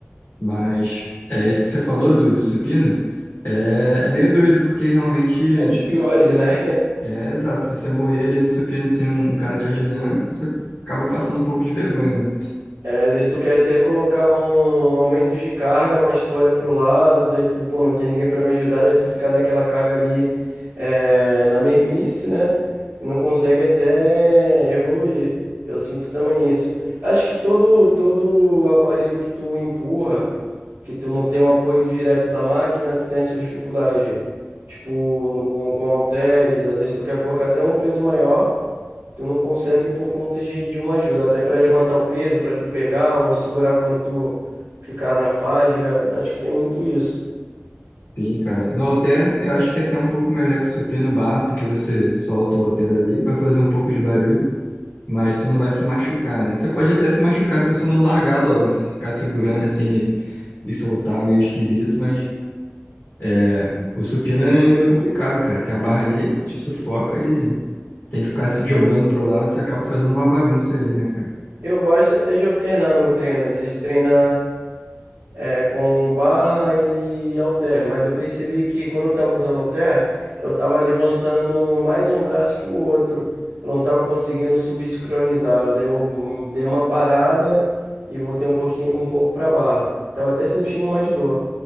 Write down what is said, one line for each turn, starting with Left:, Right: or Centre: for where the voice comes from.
Left: Mas é isso que você falou do, do supino, é, é meio doido, porque realmente
Right: Ou dos piores, né?
Left: é exato. Se você morrer ali no supino sem um, um cara te ajudando, você acaba passando um pouco de vergonha, né?
Right: É, às vezes tu quer até colocar um aumento de carga, mas tu olha pro lado, daí tu, pô, não tem ninguém para me ajudar, daí tu fica naquela carga ali, é, na mermice, né? E não consegue até evoluir. Eu sinto também isso. Acho que todo, todo aparelho que tu empurra, que tu não tem um apoio direto da máquina, tu tem essa dificuldade. Tipo, no, com, com halteres, às vezes tu quer colocar até um peso maior. Tu não consegue por conta de, de uma ajuda, até para levantar o peso, para tu pegar ou segurar quando tu ficar na fadiga. Acho que tem muito isso.
Left: Sim, cara. No halter, eu acho que é até um pouco melhor que o supino barra, porque você solta o halter ali, vai fazer um pouco de barulho, mas você não vai se machucar, né? Você pode até se machucar se você não largar logo, se você ficar segurando assim e, e soltar meio esquisito, mas é, o supino é meio complicado, cara, que a barra ali te sufoca e tem que ficar se jogando
Right: Eu,
Left: pro lado, você acaba fazendo uma bagunça ali, né, cara?
Right: Eu gosto até de alternar meu treino. Às vezes treina é, com barra e halter, mas eu percebi que quando eu estava usando halter, eu estava levantando mais um braço que o outro. Eu não estava conseguindo subsincronizar. Eu dei, um- dei uma parada e voltei um pouquinho, um pouco para barra. Tava até sentindo mais dor.